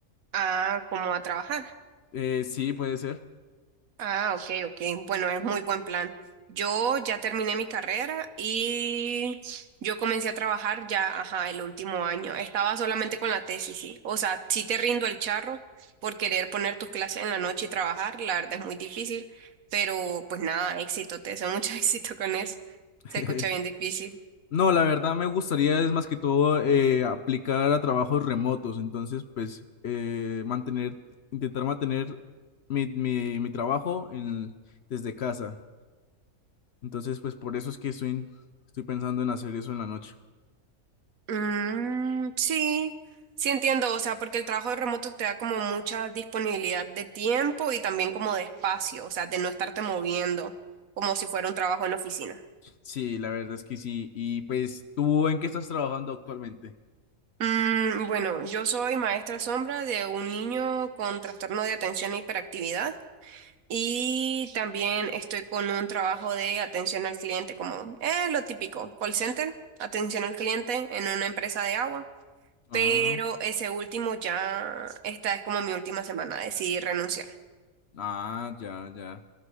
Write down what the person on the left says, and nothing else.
Eh, sí, puede ser.
<laughs>
No, la verdad me gustaría es más que todo eh, aplicar a trabajos remotos, entonces pues eh, mantener, intentar mantener mi, mi, mi trabajo en, desde casa. Entonces pues por eso es que estoy, estoy pensando en hacer eso en la noche.
Sí, la verdad es que sí. Y pues ¿tú en qué estás trabajando actualmente?
Ah,
ah, ya, ya.